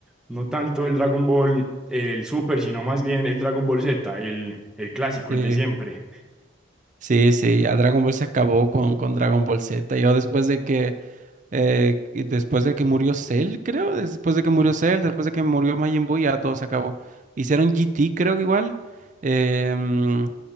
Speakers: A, in the centre; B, on the right.
A: no tanto el Dragon Ball, el Super, sino más bien el Dragon Ball Z, el, el clásico,
B: Sí.
A: el de siempre.
B: Sí, sí, ya Dragon Ball se acabó con, con Dragon Ball Z. Yo después de que eh, y después de que murió Cell, creo, después de que murió Cell, después de que murió Majin Buu, ya todo se acabó. Hicieron GT, creo que igual. em,